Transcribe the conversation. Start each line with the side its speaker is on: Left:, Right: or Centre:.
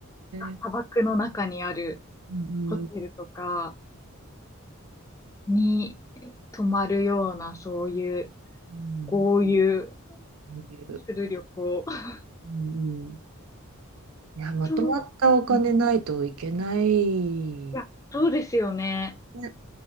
Right: え。
Left: 砂漠の中にある
Right: うんうん
Left: ホテルとかに泊まるような、そういう
Right: うん
Left: 豪遊
Right: そういう。
Left: する旅行。<laughs>
Right: うんうんいや、まとまったお金ないといけない。
Left: と、うんいや、そうですよね。
Right: ね